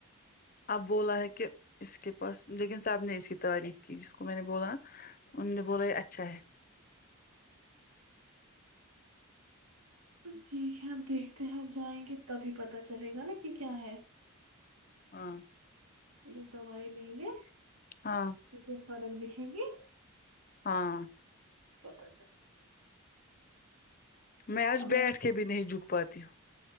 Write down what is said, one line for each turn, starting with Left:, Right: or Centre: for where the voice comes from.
Left: اب بولا ہے کہ اس کے پاس لیکن سب نے اس کی تعریف کی جس کو میں نے بولا انہوں نے بولا یے اچھا ہے
Right: ٹھیک ہے آپ دیکھتے ہیں جائیں گے تبھی پتا چلے گا نا کی کیا ہے
Left: ہاں
Right: لیکن دوائی لیں گے
Left: ہاں
Right: تو کچھ فرق دکھے گی
Left: ہاں
Right: پتہ چل
Left: میں آج
Right: اب
Left: بیٹھ
Right: نے
Left: کے بھی نہیں جھک پاتی ہوں